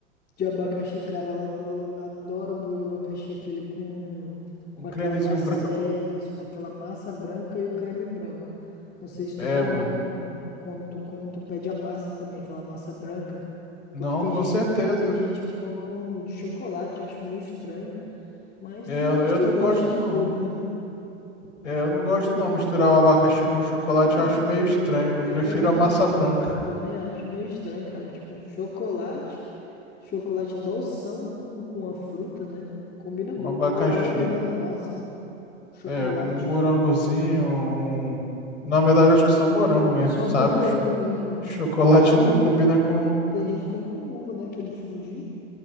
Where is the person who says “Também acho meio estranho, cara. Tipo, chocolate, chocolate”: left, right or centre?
Left